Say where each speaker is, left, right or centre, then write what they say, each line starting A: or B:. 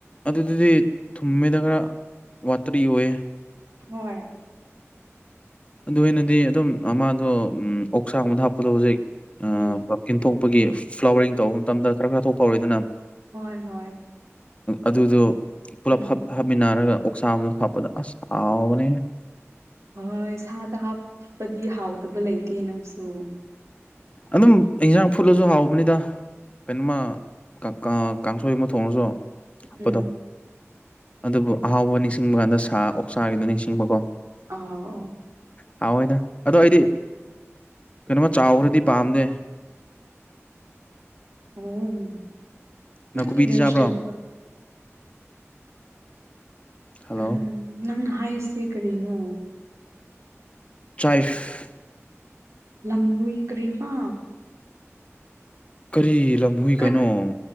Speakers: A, on the left; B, on the right.
A: ꯑꯗꯨꯗꯨꯗꯤ ꯊꯨꯝꯃꯦꯗ ꯈꯔ ꯋꯥꯠꯇꯔꯤ ꯑꯣꯏꯌꯦ
B: ꯍꯣꯏ
A: ꯑꯗꯨ ꯑꯣꯏꯅꯗꯤ ꯑꯗꯨꯝ ꯑꯝꯃꯗꯣ ꯑꯣꯛꯁꯥꯒꯨꯝꯕꯗ ꯍꯥꯞꯄꯗꯣ ꯍꯨꯖꯤꯛ
B: ꯎꯝ
A: ꯄꯝꯀꯤꯟ ꯊꯣꯛꯄꯒꯤ ꯐ꯭ꯂꯥꯋꯔꯤꯡ ꯇꯧꯕ ꯃꯇꯝꯗ ꯈꯔ ꯈꯔ ꯊꯣꯛꯄ ꯍꯧꯔꯦꯗꯅ
B: ꯍꯣꯏ ꯍꯣꯏ
A: ꯑꯗꯨꯗꯣ ꯄꯨꯂꯞ
B: ꯎꯝ
A: ꯍꯞ ꯍꯥꯞꯃꯤꯟꯅꯔꯒ ꯑꯣꯛꯁꯥ ꯑꯝꯃꯗꯣ ꯍꯥꯞꯄꯗ ꯑꯁ ꯍꯥꯎꯕꯅꯦꯍꯦ
B: ꯍꯣꯏ ꯁꯥꯗ ꯍꯥꯞꯄꯗꯤ ꯍꯥꯎꯇꯕ ꯂꯩꯇꯦ ꯅꯪꯁꯨ
A: ꯑꯗꯨꯝ ꯏꯟꯖꯥꯡ ꯐꯨꯠꯂꯖꯨ ꯍꯥꯎꯕꯅꯤꯗ ꯀꯩꯅꯣꯃ ꯀꯥꯡ ꯀꯥꯡꯁꯣꯏ ꯑꯃ ꯊꯣꯡꯉꯁꯨ ꯍꯥꯞꯄꯗꯣ
B: ꯎꯝ
A: ꯑꯗꯨꯕꯨ ꯑꯍꯥꯎꯕ ꯅꯤꯡꯁꯤꯡꯕ ꯀꯥꯟꯗ ꯁꯥ ꯑꯣꯛꯁꯥꯒꯤꯗꯣ ꯅꯤꯡꯁꯤꯡꯕꯀꯣ
B: ꯑꯥꯎ
A: ꯍꯥꯎꯋꯦꯗ ꯑꯗꯣ ꯑꯩꯗꯤ ꯀꯩꯅꯣꯝꯃ ꯆꯥꯎꯒ꯭ꯔꯗꯤ ꯄꯥꯝꯗꯦ
B: ꯎꯝ
A: ꯅꯥꯀꯨꯞꯄꯤꯗꯤ
B: ꯅꯪꯗꯤ ꯚꯦꯖꯤꯇꯦꯕꯜ
A: ꯆꯥꯕ꯭ꯔꯣ ꯍꯜꯂꯣ
B: ꯎꯝ ꯅꯪꯅ ꯍꯥꯏꯁꯦ ꯀꯔꯤꯅꯣ
A: ꯆꯥꯏꯐ
B: ꯂꯝꯍꯨꯏ ꯀꯔꯤꯕ
A: ꯀꯔꯤ ꯂꯝꯍꯨꯏ
B: ꯀꯔꯤꯅꯣ
A: ꯀꯩꯅꯣ